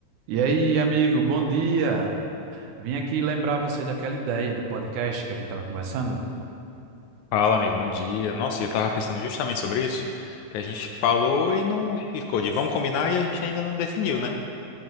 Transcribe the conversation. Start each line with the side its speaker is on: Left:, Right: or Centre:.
Right: E aí, amigo, bom dia. Vim aqui lembrar você daquela ideia do podcast que a gente estava conversando.
Left: Fala, amigo, bom dia. Nossa, eu tava pensando justamente sobre isso, que a gente falou e não ficou de vamos combinar e a gente ainda não definiu, né?